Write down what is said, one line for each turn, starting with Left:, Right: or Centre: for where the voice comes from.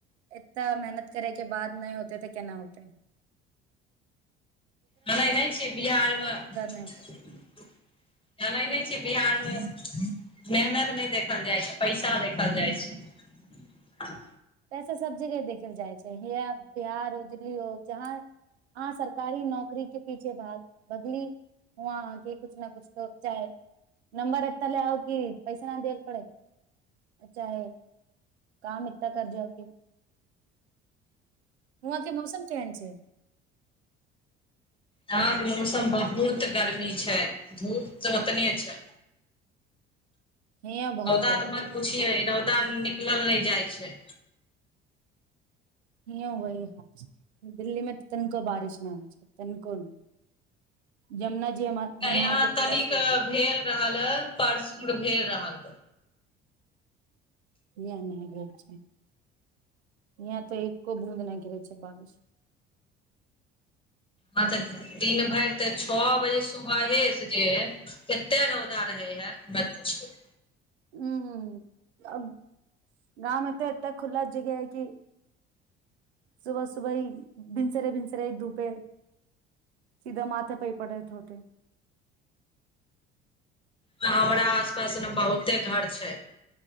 Right: इतना मेहनत करैके बाद नहि होतै तऽ केना होतै
Left: जानै नहि छियै बिहारमे
Right: नहि होते
Left: जानै नहि छियै बिहारमे मेहनत नहि देखल जाइ छै पैसा देखल जाइ छै
Right: पैसा सब जगह देखल जाइ छै या बिहार हो दिल्ली हो जहाँ अहाँ सरकारी नौकरी के पीछे भाग भगली वहां अहाँके कुछ ने कुछ तो चाहे नम्बर एते लाउ की पैसा ना दे पड़ै चाहे काम तकर जॉब भी वहाँ के मौसम केहन छै
Left: यहाँ के मौसम बहुत गर्मी छै धूप तऽ उतने छै
Right: हियां बहुत
Left: रौदा
Right: गर्मी
Left: मत
Right: छै
Left: पूछियै रौदा निं- नीकलल नहि जाइ छै
Right: हिंयों उहि हाल छै दिल्ली मे तऽ तनिको बारिश नहि होइ छै तनिको नहि जमुना जी हमर
Left: यहाँ
Right: के पूरा
Left: तनिक
Right: सूख गेल
Left: भेल रहल परसुर भेल रहल।
Right: य नहि घ छै अाँ त एको बूद नहि घिर छै बारिश।
Left: हँ त दिन भरि त छओ बजे सुबहेसँ जे कतेक रौदा रहै हए नई पुचू।
Right: हूँ अब गाँवमे तऽ एतेक खुला जगह है कि सुबह सुबह ही भिनसरे भिनसरे ही धूपे सीधा माथे पर पड़यै होतै
Left: हमरा आस पास न बहुते घर छै